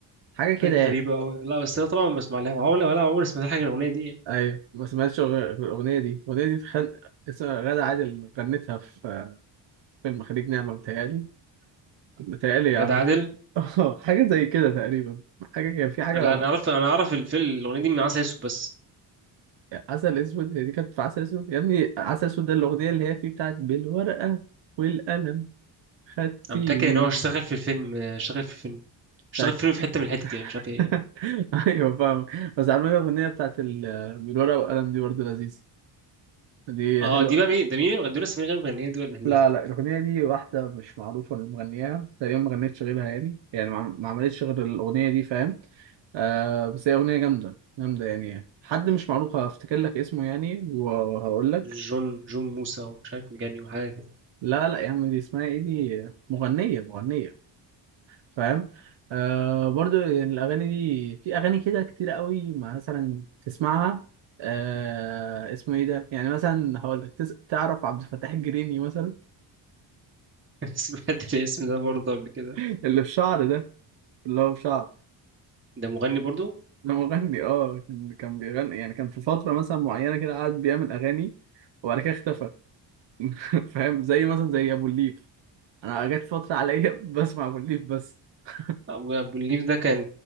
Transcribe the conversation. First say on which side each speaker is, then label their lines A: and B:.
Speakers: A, on the right; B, on the right.
A: حاجة كده
B: حاجه
A: يعني
B: غريبه قوي لا بس انا طبعا ما بسمع لها عمري ولا عمري سمعت حاجه من الاغنيه دي يعني
A: ايوه ما سمعتش غير- غير الاغنية دي الاغنية دي تخن... اسمها غادة عادل غنتها في فيلم خليج نعمة متهيألي متهيألي يا
B: غادة
A: عم
B: عادل
A: <laughs> اه حاجة زي كده تقريبا حاجة كان في حاجة
B: لا انا عرفت انا اعرف الفيلم الاغنيه دي من عسل اسود بس
A: عسل أسود هي دي كانت في عسل أسود يا ابني عسل أسود ده الأغنية اللي هي فيه بتاعت بالورقة والقلم خدتيني
B: انا متاكد ان هو اشتغل في الفيلم اشتغل في الفيلم اشتغل
A: خدتك
B: في فيلم في حته من الحتت
A: <laughs>
B: يعني مش عارف ايه
A: أيوة فاهم بس عامة الأغنية بتاعت ال- بالورقة والقلم دي برضه لذيذة دي
B: اه
A: حلوة
B: دي بقى مين ده مين اللي بيغني دول اسمين غير مغنيه دول ولا مين
A: لا لا الأغنية دي واحدة مش معروفة اللي مغنياها تقريبا ما غنتش غيرها يعني يعني ما ما عملتش غير الأغنية دي فاهم آه بس هي أغنية جامدة جامدة يعني حد مش معروف هفتكر لك اسمه يعني وهقول لك
B: جون جون موسى ومش عارف مجاني وحاجه
A: لا لا يا عم دي اسمها ايه دي مغنية مغنية فاهم آه برضو يعني الأغاني دي في أغاني كده كتير قوي ما مثلا تسمعها آه اسمه ايه ده يعني مثلا هقول لك تس... تعرف عبد الفتاح الجريني مثلا
B: <laughs> سمعت الاسم ده برضه قبل كده
A: <laughs> اللي في شعر ده اللي هو في شعر
B: ده مغني برضه
A: ده مغني اه كان كان بيغني يعني كان في فترة مثلا معينة كده قعد بيعمل أغاني وبعد كده اختفى <laughs> فاهم زي مثلا زي أبو الليف أنا جت فترة عليا <laughs> بسمع أبو الليف بس <laughs>
B: ابو ابو الليف ده كان